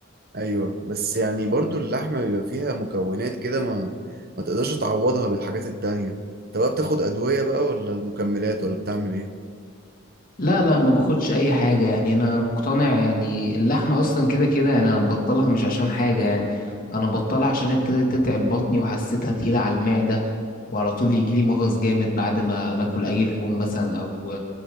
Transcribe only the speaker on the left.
لا لا ما باخدش أي حاجة يعني أنا مقتنع يعني اللحمة أصلا كده كده يعني أنا مبطلها مش عشان حاجة يعني أنا مبطلها عشان ابتدت تتعب بطني وحسيتها تقيلة على المعدة وعلى طول يجيلي مغص جامد بعد ما ماكل أي لحوم مثلا أو